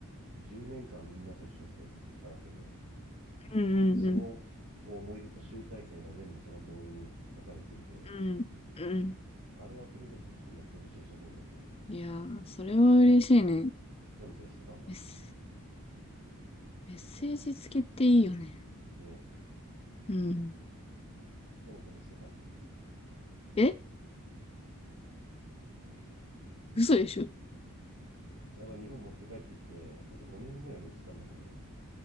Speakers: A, on the right (about 80°); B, on the left (about 25°).
A: 10年間みんなと一緒に来てきたわけで
B: うんうんうん。
A: そのこう思い出と集大成が全部そのボールに書かれていて
B: うん。うん。
A: あれはプレゼントとしてめっちゃ嬉しいし覚えてるね
B: いやー、それは嬉しいね。
A: でもそれ捨てたんだ
B: ですメッセージ付きっていいよね。
A: ね
B: うん。
A: でもそれ捨てたい
B: え嘘でしょ
A: やまあ日本持って帰ってきてほんと5年ぐらい前に捨てたんだけど